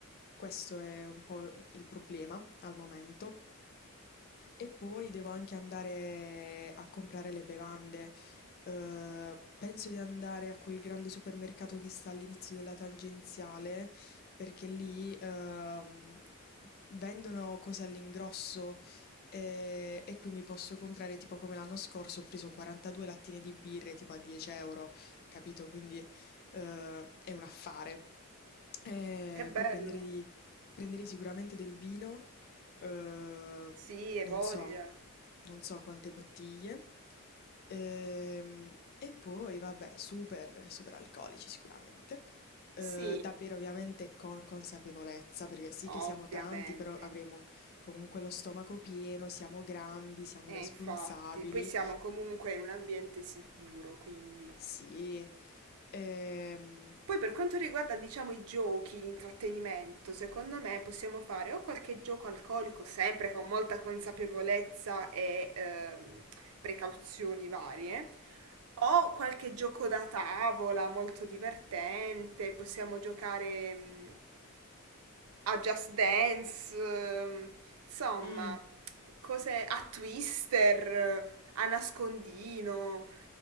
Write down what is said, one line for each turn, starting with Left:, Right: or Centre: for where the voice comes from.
Left: Questo è un po' il problema al momento. E poi devo anche andare a comprare le bevande. Ehm, penso di andare a quel grande supermercato che sta all'inizio della tangenziale, perché lì ehm, vendono cose all'ingrosso eh, e, quindi posso comprare, tipo come l'anno scorso, ho preso 42 lattine di birre tipo a 10 euro, capito? Quindi eh, è un affare. Eh,
Right: Che bello!
Left: poi prenderei Prenderei sicuramente del vino, uhm,
Right: Sì, e
Left: non
Right: voglia.
Left: so, non so quante bottiglie, ehm, e poi vabbè super superalcolici sicuramente, uhm,
Right: Sì,
Left: da bere ovviamente con consapevolezza, perché sì che siamo
Right: ovviamente.
Left: tanti, però avremo comunque lo stomaco pieno, siamo grandi, siamo
Right: E
Left: responsabili.
Right: infatti, poi siamo comunque in un ambiente sicuro, quindi...
Left: Sì, ehm,
Right: Poi per quanto riguarda, diciamo, i giochi, l'intrattenimento, secondo me possiamo fare o qualche gioco alcolico, sempre con molta consapevolezza e ehm, precauzioni varie, o qualche gioco da tavola molto divertente, possiamo giocare mm, a Just Dance, ehm, insomma,
Left: mh.
Right: cose a Twister, a nascondino.